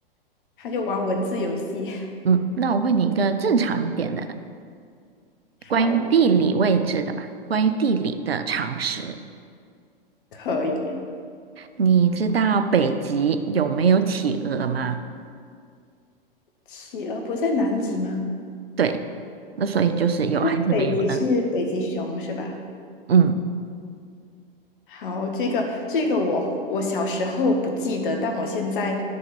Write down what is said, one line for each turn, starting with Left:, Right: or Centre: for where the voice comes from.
Left: <laughs> 他就玩文字游戏。
Right: 嗯，那我问你一个正常一点的，
Left: 好，
Right: 关于地理位置的吧，关于地理的常识，
Left: 可以。
Right: 你知道北极有没有企鹅吗？
Left: 企鹅不在南极吗？
Right: 对，那所以就是有还是没有呢？
Left: 因为北极是北极熊，是吧？
Right: 嗯，
Left: 好，这个这个我我小时候不记得，但我现在